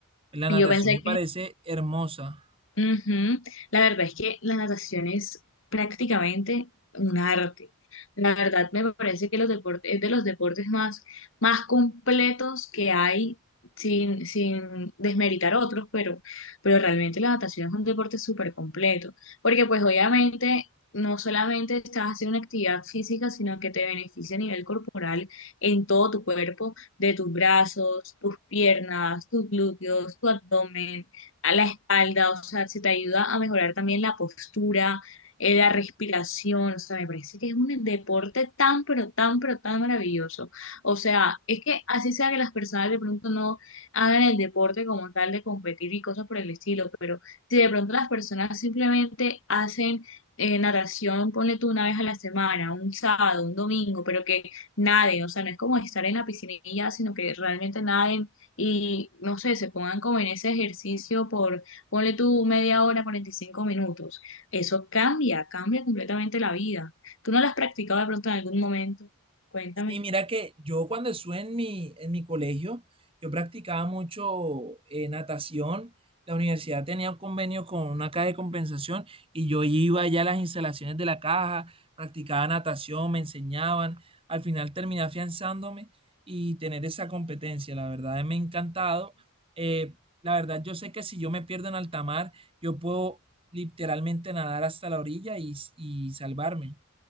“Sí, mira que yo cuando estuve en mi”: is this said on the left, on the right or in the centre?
Right